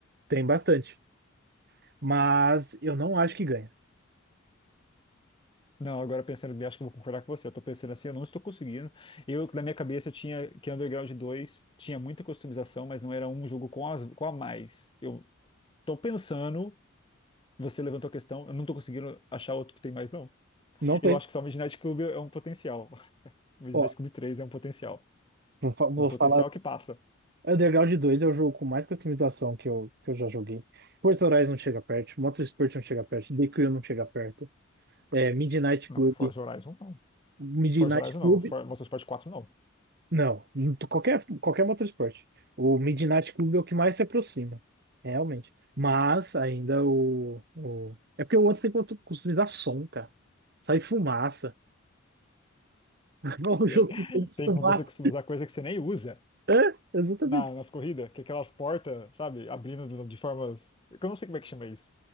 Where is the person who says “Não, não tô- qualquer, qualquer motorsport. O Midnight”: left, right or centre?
Right